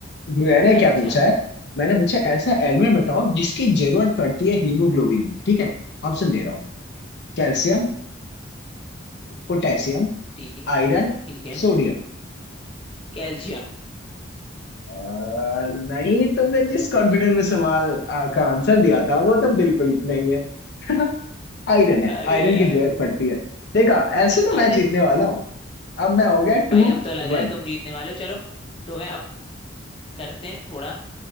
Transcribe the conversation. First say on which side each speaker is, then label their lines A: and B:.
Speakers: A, on the left (about 60°); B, on the left (about 30°).
A: मैंने क्या
B: अच्छा
A: पूछा है मैंने पूछा ऐसा एलिमेंट बताओ जिसकी जरूरत पड़ती है हीमोग्लोबिन में ठीक है ऑप्शन दे रहा हूँ मैं कैल्शियम पोटेशियम
B: ठीक है
A: आयरन
B: ठीक है
A: सोडियम
B: कैल्शियम
A: अ, नहीं तुमने जिस कॉन्फिडेंस में सवाल अ, का आंसर दिया था वो तो बिल्कुल नहीं है <laughs> आयरन है
B: अरे
A: आयरन
B: यार
A: की जरूरत पड़ती है देखा ऐसे तो मैं
B: आयरन
A: जीतने वाला हूँ अब मैं हो गया
B: भाई
A: टू
B: अब तो लग रहा
A: वन
B: है तुम जीतने वाले हो चलो तुम्हें अब करते हैं थोड़ा